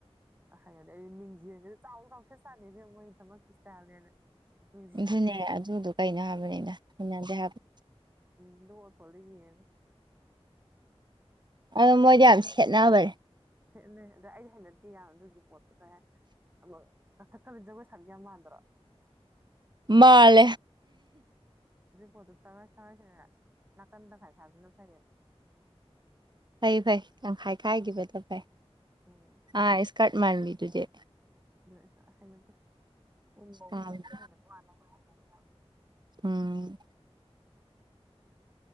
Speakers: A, on the right; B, on the right.
A: ꯑ <unintelligible> ꯍꯥꯏꯗꯤ ꯑꯩ ꯃꯤꯡꯁꯤ ꯆꯥꯎꯅ ꯆꯥꯎꯁꯦꯠ ꯆꯥꯅꯩ ꯐ ꯃꯣꯏꯒꯤ ꯆꯃꯛꯀꯤ ꯏꯁꯇꯥꯏꯜꯅꯦꯅ ꯃꯤꯡꯖꯦꯜ
B: ꯑꯗꯨꯅꯦ ꯑꯗꯨꯗꯣ ꯀꯩꯅꯣ ꯍꯥꯏꯕꯅꯤꯅ ꯍꯟꯅꯗꯦ ꯍꯥꯏꯕ
A: ꯀꯗ ꯊꯗꯒꯤꯅ
B: ꯑꯣ ꯃꯣꯏꯗꯤ ꯌꯥꯝ ꯁꯦꯠꯅꯕꯅꯦ
A: ꯁꯦꯠꯅꯩ ꯑꯗꯣ ꯑꯩꯗꯤ ꯍꯩꯅꯗꯦ ꯌꯥ ꯑꯗꯨꯒꯤ ꯄꯣꯠꯇꯣ ꯈꯔ ꯑꯃ ꯀꯊꯛꯀꯕꯤꯖꯒꯣꯏꯁꯒ ꯃꯥꯟꯗ꯭ꯔ
B: ꯃꯥꯜ
A: ꯣ ꯑꯗꯨ ꯇꯥꯏ ꯊꯔꯁꯤꯅ ꯅꯥꯀꯟ ꯇꯒꯥꯏ ꯁꯥꯗꯨꯅ ꯐꯩꯌꯦꯕ
B: ꯐꯩ ꯐꯩ ꯇꯪꯈꯥꯏ ꯈꯥꯏꯈꯤꯕꯗ ꯐꯩ
A: ꯎꯝ
B: ꯑꯥ ꯏꯁꯀꯥꯔꯠ ꯃꯥꯟꯕꯤꯗꯨꯗꯤ
A: ꯑꯗꯨ ꯍꯩꯅꯗꯦ ꯎꯟꯐꯧꯗꯣ
B: ꯄꯥꯝꯃꯦ
A: ꯄꯨꯡꯁꯤꯗꯄ ꯋꯥꯅꯤ ꯑꯩꯈꯣꯏ ꯍꯩꯅꯗꯦꯕ
B: ꯎꯝ